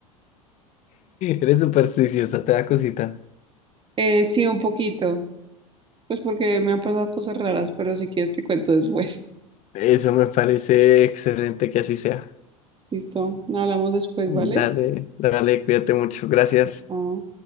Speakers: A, on the left (about 40°); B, on the right (about 25°).
A: Eres supersticiosa, te da cosita.
B: Eh, sí, un poquito. Pues porque me han pasado cosas raras, pero si quieres te cuento después.
A: Eso me parece excelente que así sea.
B: Listo, no hablamos después, ¿vale?
A: Dale, dale, cuídate mucho. Gracias.
B: Chao.